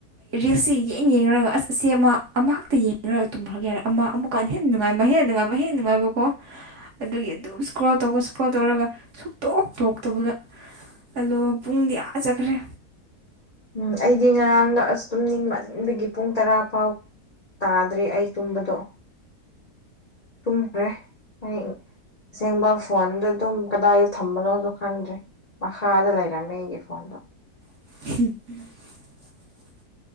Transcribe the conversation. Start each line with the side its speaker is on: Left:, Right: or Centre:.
Right: ꯔꯤꯜꯁꯁꯤ ꯌꯦꯡ ꯌꯦꯡꯔꯒ ꯑꯁ ꯑꯁꯤ ꯑꯃ ꯑꯃ ꯈꯛꯇ ꯌꯦꯡꯉꯔꯒ ꯇꯨꯝꯈ꯭ꯔꯒꯦ ꯍꯥꯏꯔ ꯑꯃ ꯑꯃꯨꯛ ꯀꯣ ꯍꯦꯟꯅꯅꯨꯡꯉꯥꯏꯕ ꯍꯦꯟꯅ ꯅꯨꯡꯉꯥꯏꯕ ꯍꯦꯟ ꯅꯨꯡꯉꯥꯏꯕ ꯀꯣ
Left: <inaudible>
Right: ꯑꯗꯨꯒꯤ ꯑꯗꯨꯝ ꯏꯁꯀ꯭ꯔꯣꯜ ꯇꯧꯕ ꯏꯁꯀ꯭ꯔꯣꯜ ꯇꯧꯔꯒ ꯁꯨꯝ ꯇꯣꯛ ꯇꯣꯛꯇꯕꯗꯣ ꯑꯂꯣ ꯄꯨꯡꯗꯤ ꯑꯥ ꯆꯠꯈ꯭ꯔꯦ
Left: ꯎꯝ ꯑꯩꯗꯤ ꯉꯔꯥꯡꯗ ꯑꯁ ꯇꯨꯝ ꯅꯤꯡꯃꯕꯒꯤ ꯄꯨꯡ ꯇꯔꯥ ꯐꯥꯎ ꯇꯥꯗ꯭ꯔꯦ ꯑꯩ ꯇꯨꯝꯕꯗꯣ ꯇꯨꯝꯈ꯭ꯔꯦ ꯍꯌꯦꯡ ꯑꯁꯦꯡꯕ ꯐꯣꯟꯗ ꯑꯗꯨꯝ ꯀꯗꯥꯏꯗ ꯊꯝꯕꯅꯣꯗ ꯈꯪꯗ꯭ꯔꯦ ꯃꯈꯥꯗ ꯂꯩꯔꯝꯃꯦ ꯑꯩꯒꯤ ꯐꯣꯟꯗꯣ
Right: <unintelligible>